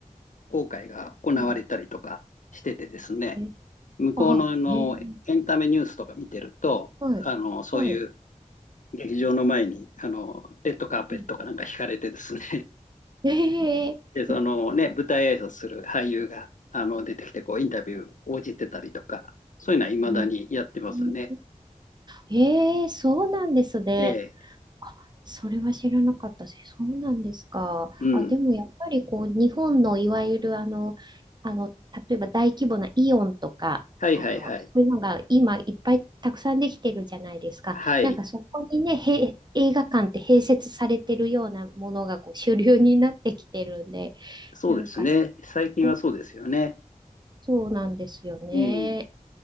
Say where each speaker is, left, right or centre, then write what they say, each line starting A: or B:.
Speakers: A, on the left; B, on the right.
A: 公開が行われたりとかしててですね、
B: ん、え、
A: 向こうの、
B: あ、
A: あの、
B: えー、
A: エンタメニュースとか見てると、
B: はい、
A: あの、そういう
B: はい。
A: 劇場の前に、あの、レッドカーペットかなんか引かれてですね、
B: うんえー、
A: <laughs> で、そのね、舞台挨拶する俳優が、あの、出てきて、こう、インタビュー応じてたりとか、そういうのは未だにやってますね。
B: うん、うんえー、そうなんですね。
A: ええ、
B: あそれは知らなかったですそうなんですか。
A: うん。
B: あ、でもやっぱりこう、日本のいわゆるあの、あの、例えば大規模なイオンとか、
A: はいはいはい。
B: あの、そういうのが今いっぱいたくさんできてるじゃないですか。
A: はい。
B: なんかそこにね、へ、映画館って併設されてるようなものがこう主流になってきてるんで、
A: そうですね。
B: なんか、
A: 最近はそうですよね。
B: ね、そうなんですよね。
A: うん。